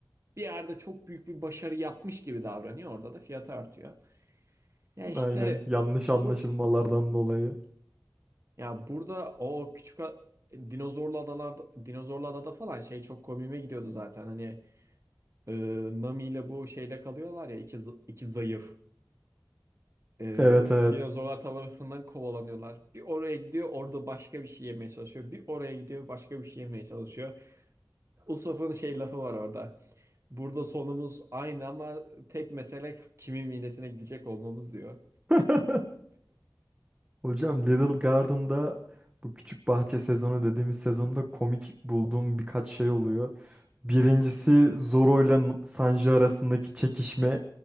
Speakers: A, on the right; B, on the right.
A: Bir yerde çok büyük bir başarı yapmış gibi davranıyor. Orada da fiyatı artıyor. Ya işte
B: Aynen yanlış anlaşılmalardan
A: bu
B: dolayı.
A: ya burada o küçük a- dinozorlu adalarda dinozorlu adada falan şey çok komiğime gidiyordu zaten. Hani e, Nami ile bu şeyde kalıyorlar ya iki, zı- iki zayıf. Ee,
B: Evet evet.
A: dinozorlar tarafından kovalanıyorlar. Bir oraya gidiyor, orada başka bir şey yemeye çalışıyor. Bir oraya gidiyor, başka bir şey yemeye çalışıyor. Usopp'un şey lafı var orada. Burada sonumuz aynı ama tek mesele kimin midesine gidecek olmamız diyor.
B: <laughs> Hocam Little Garden'da bu küçük bahçe sezonu dediğimiz sezonda komik bulduğum birkaç şey oluyor. Birincisi Zoro ile N- Sanji arasındaki çekişme.